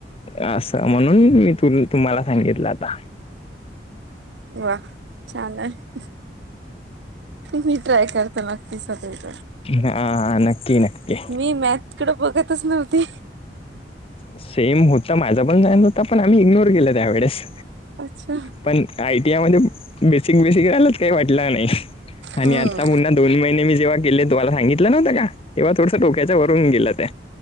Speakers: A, on the left; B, on the right.
A: असं, म्हणून मी तु तुम्हाला सांगितलं आता.
B: वा छान आहे, मी ट्राय करत तर नक्कीच सगळीच.
A: हा हा, नक्की नक्की.
B: मी मॅथकडे बघतच नव्हती.
A: सेम होतं माझा पण, जाई नव्हता पण आम्ही इग्नोर केलं त्यावेेळेस.
B: अच्छा.
A: पण आयटीआय मध्ये बेसिक बेसिक राहिलाच काही वाटलं नाही आणि
B: हम्म
A: आता मुलांना दोन महिने मी जेव्हा केले तुहाला सांगितलं नव्हतं का, तेव्हा थोडसं डोक्याच्या वरून गेलं ते.